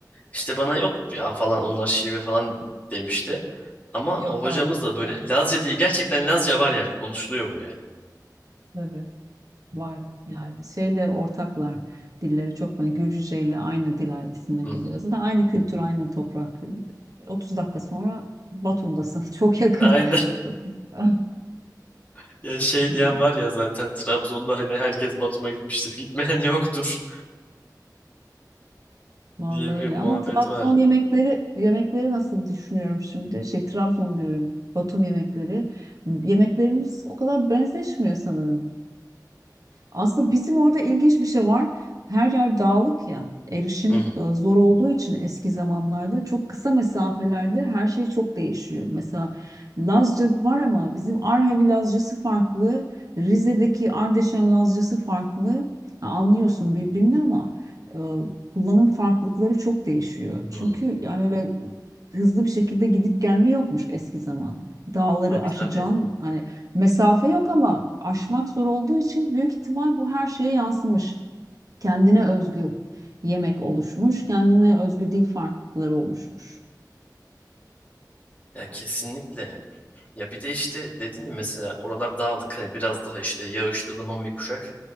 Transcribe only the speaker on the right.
Yok
hayır.
Evet.
Tabii. var yani şeyle ortaklar dilleri çok ben Gürcüce ile aynı dil ailesinden
geliyor. Zaten aynı kültür, aynı toprak. 30 dakika sonra Batum'dasın. <laughs> Çok yakın.
Çok güzel.
Yani,
vallahi
öyle.
Ama Trabzon
yemekleri yemekleri nasıl düşünüyorum şimdi? Şey Trabzon diyorum. Batum yemekleri. Yemeklerimiz o kadar benzeşmiyor sanırım. Aslında bizim orada ilginç bir şey var. Her yer dağlık ya. Erişim
e, zor olduğu için eski zamanlarda çok kısa mesafelerde her şey çok değişiyor. Mesela Lazca var ama bizim Arhavi Lazcası farklı, Rize'deki Ardeşen Lazcası farklı. Ha, anlıyorsun birbirini ama e, kullanım farklılıkları çok değişiyor.
Çünkü yani öyle hızlı bir şekilde gidip gelme yokmuş eski zaman. Dağları
aşacaksın,
hani Mesafe yok ama aşmak zor olduğu için büyük ihtimal bu her şeye yansımış. Kendine özgü yemek oluşmuş, kendine özgü dil farklılıkları oluşmuş.
Yani